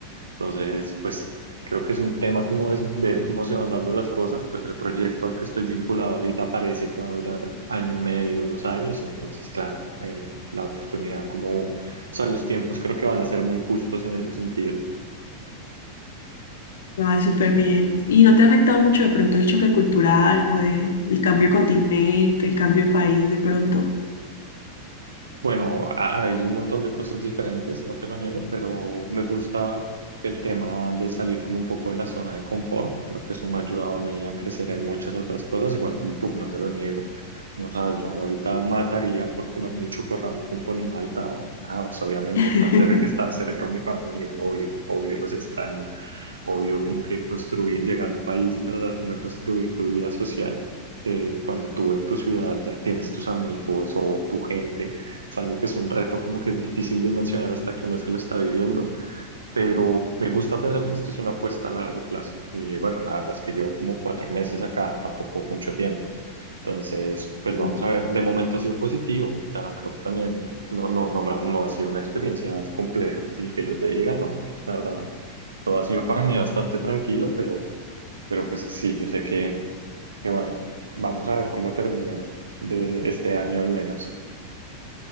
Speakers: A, on the right (about 75°); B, on the left (about 60°).
A: Entonces, pues creo que es un tema como es ver cómo se van dando las cosas. Pues el proyecto al que estoy vinculado ahorita parece que va a durar año y medio, dos años. Entonces, claro, eh, la oportunidad como, o sea, los tiempos creo que van a ser muy justos en ese sentido.
B: Ay, súper bien. ¿Y no te ha afectado mucho de pronto el choque cultural o de, el cambio de continente, el cambio de país de pronto?
A: Bueno, a- hay un montón de cosas diferentes, no te lo niego, pero me gusta el tema de salir como un poco de la zona de confort. Creo que eso me ha ayudado a mí a crecer en muchas otras cosas. Igual, puf, no te lo niego. No sabes, yo ahorita mataría por comerme un chocorramo con ponimalta o nada, pues, obviamente
B: <laughs>
A: estar cerca, estar cerca de mi familia, obvio, obvio los extraño, obvio como que construir, llegar al país y tratar como de construir tu vida social. de cuando tú en tu ciudad ya tienes tus amigos o tu gente es algo que es un reto como que es difícil de mencionar hasta que uno se lo está viviendo, pero me gusta pensar que esto es una apuesta a largo plazo. Y bueno, la verdad es que llevo como cuatro meses acá, tampoco mucho tiempo. Entonces, pues vamos
B: Ujú.
A: a ver, de momento ha sido positivo, o sea, creo que también no, no, no, me ha- no ha sido una experiencia compleja, así que yo te diga, no, la verdad, todo ha sido para mí bastante tranquilo, pero, pero pues sí, yo sé que, que bueno, vamos a ver cómo termina de este año al menos.